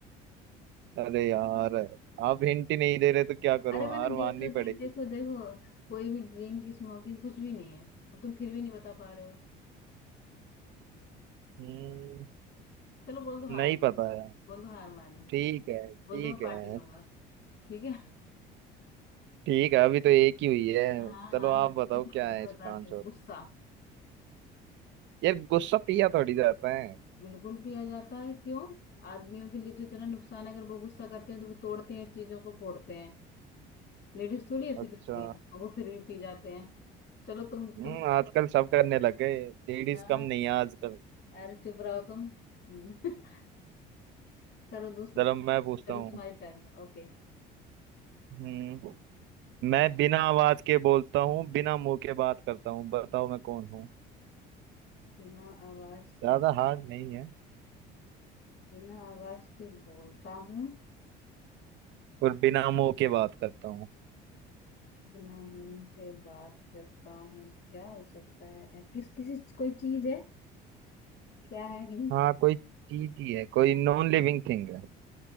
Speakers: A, on the right; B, on the left.
A: अरे यार आप हिंट ही नहीं दे रहे तो क्या करूं
B: अरे मैंने
A: हार
B: दे
A: माननी
B: तो दे
A: पड़ेगी
B: देखो देखो कोई भी ड्रिंक स्मोकिंग कुछ भी नहीं है अब तुम फिर भी नहीं बता पा रहे हो
A: हम्म
B: चलो बोल दो हार
A: नहीं
B: मा-
A: पता यार
B: बोल दो हार मानी
A: ठीक है ठीक
B: बोल दो मैं पार्टी
A: है
B: दूंगा ठीक है
A: ठीक है अभी तो एक ही हुई है
B: हाँ
A: चलो
B: हाँ
A: आप बताओ
B: देखो
A: क्या है
B: मैं
A: इसका
B: बताती
A: आंसर
B: हूँ गुस्सा
A: यार गुस्सा पिया थोड़ी जाता है
B: बिल्कुल पिया जाता है क्यों आदमियों के लिए तो इतना नुकसान है अगर वो गुस्सा करते हैं तो वो तोड़ते हैं चीजों को फोड़ते हैं लेडीज थोड़ी ऐसे
A: अच्छा
B: करती हैं और वो फिर भी पी जाते हैं चलो तुम
A: हम्म
B: तुम
A: आजकल सब करने लग गए लेडीज
B: हाँ
A: कम नहीं है आजकल
B: अरे चुप रहो तुम <laughs> करो दूसरे
A: चलो मैं पूछता
B: चलो
A: हूँ
B: तुम्हारी टर्न है ओके
A: हम्म मैं बिना आवाज के बोलता हूँ बिना मुंह के बात करता हूँ बताओ मैं कौन हूँ
B: बिना आवाज के
A: ज्यादा हार्ड नहीं है
B: बिना आवाज के बोलता हूँ
A: और बिना मुंह के बात करता हूँ
B: बिना मुंह के बात करता हूँ क्या हो सकता है किस किसी कोई चीज है क्या है हिंट
A: हाँ कोई चीज ही है कोई नॉन लिविंग थिंग